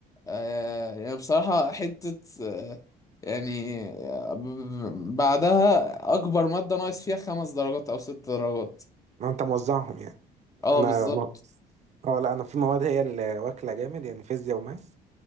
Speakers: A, on the left (about 20°); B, on the right (about 40°).
A: آه، يعني بصراحه حته آه، يعني آه، ب- ب- بعدها اكبر ماده ناقص فيها خمس درجات او ست درجات
B: ما انت موزعهم يعني
A: اه
B: انا
A: بالظبط
B: اه لا انا في مواد هي اللي واكله جامد يعني فيزياء وماس